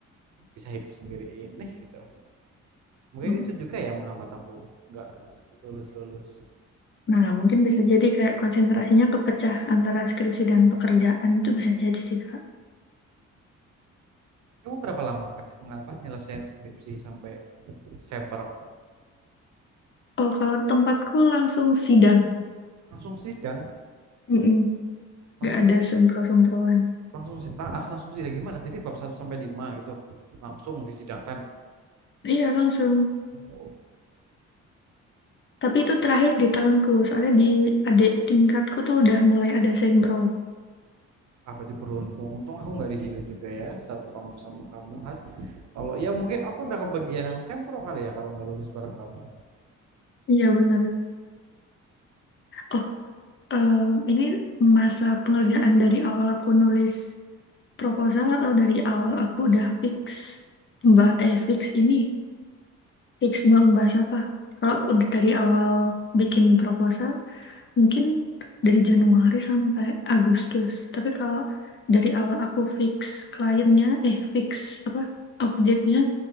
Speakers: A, on the right; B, on the left.
A: bisa hidup sendiri ini gitu mungkin
B: Mm.
A: itu juga ya menghambat aku nggak lulus lulus
B: Nah, mungkin bisa jadi kayak konsentrasinya kepecah antara skripsi dan pekerjaan itu bisa jadi sih, Kak.
A: kamu berapa lama ngerjain apa nyelesain skripsi sampai September
B: Oh, kalau tempatku langsung sidang.
A: langsung sidang
B: Mm-mm.
A: langsung
B: Nggak ada sembro-sembroan.
A: langsung si- ah ah, langsung sidang gimana jadi bab satu sampai 5 gitu langsung disidangkan
B: Iya langsung.
A: oh,
B: Tapi itu terakhir di tahunku, soalnya di adik tingkatku tuh udah mulai ada sempro.
A: ah berarti beruntung untung aku nggak di situ juga ya satu kampus sama kamu Has kalau ya mungkin aku udah kebagian yang sempro kali ya kalau nggak lulus bareng kamu
B: Iya benar. Oh, eh, ini masa pengerjaan dari awal aku nulis proposal atau dari awal aku udah fix mbak eh fix ini fix mau membahas apa? Kalau udah dari awal bikin proposal mungkin dari Januari sampai Agustus. Tapi kalau dari awal aku fix kliennya eh fix apa objeknya